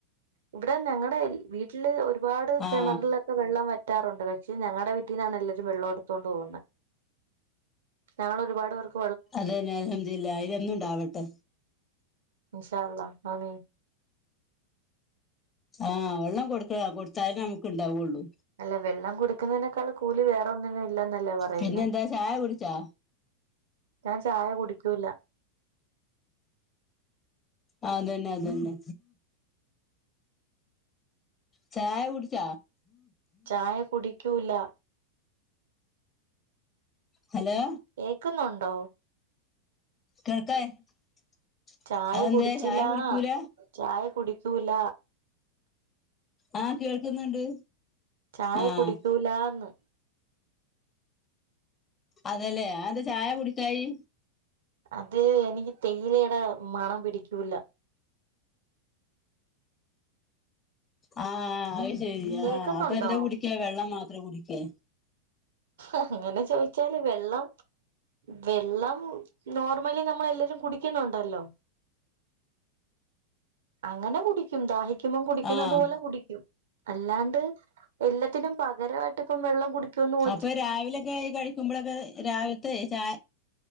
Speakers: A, on the right; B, on the left.
A: ഇവിടെ ഞങ്ങളുടെ വീട്ടില് ഒരുപാട്
B: ആഹ്
A: കിണറില ഇപ്പ വെള്ളം വറ്റാറുണ്ട് പക്ഷ ഞങ്ങടെ ടെ വീട്ടീന്നാണ് എല്ലാവും വെള്ളം എടുത്തു കൊണ്ട് പോകുന്നെ ഞങ്ങളൊ രുപാട്പേർക്ക്
B: അതെന്നെ അൽ ഹംദു ലി ല്ലാ അതിനന്നും ഉണ്ടാവട്ടെ
A: ഇൻ ഷാഅള്ളാ ആമീൻ
B: ആഹ് വെള്ളം കൊടുക്കണം കൊടുത്താലേ നമുക്ക് ഉണ്ടാവുള്ളൂ
A: അല്ല വെള്ളം കൊടുക്കുന്നതിനേക്കാൾകൂ കൂലി വേറൊ ന്നിനും ഇല്ലന്നല്ലേ പറയുന്നേ
B: പിന്നെന്താ ചായ കുടിച്ചാ
A: ഞാൻ ചായ കുടിക്കൂല
B: ആ അതന്നെ അതു തന്നെ ചായ കുടിച്ച
A: ചായ കുടിക്കൂല
B: ഹലോ
A: കേക്കുന്നുണ്ടോ
B: കേൾക്കഅതെന്തെ
A: ചായ കുടിച്ചില്ലാ
B: ചായ കുടിക്കൂല
A: ചായ കുടിക്കൂല
B: ആഹ കേൾക്കുന്നുണ്ട്
A: ചായ
B: ആഹ്
A: കുടിക്കൂലാ ന്ന്
B: അതല്ലേഅത് എന്താ ചായ കുടിക്കായി
A: അത് എനിക്ക് തേയിലയുടെ മണം പിടിക്കൂല
B: ആഹ അത് ശരി
A: കേക്കുന്നുണ്ടോ
B: ആ അപ്പൊ എന്താ കുടിക്കവെള്ളം മാത്രം കുടിക്കെ
A: അങ്ങനെ ചോയിച്ചാല് വെള്ളം വെള്ളം നോർമലി നമ്മളെ ല്ലരും കുടിക്കുന്നുണ്ടല്ലോ അങ്ങനെ കുടിക്കും ദാഹി മിനിമം കുടിക്കുന്നത്
B: ആഹ്
A: പോലെ കുടിക്കും അല്ലാണ്ട് എല്ലത്തിനും പകരമായിട്ടിപ്പം വെള്ളം കുട ഒ
B: ഇപ്പൊ രാവിലൊക്കെ കഴിക്കുമ്പോളൊ ക്കെ രാവിലത്തെ ചാ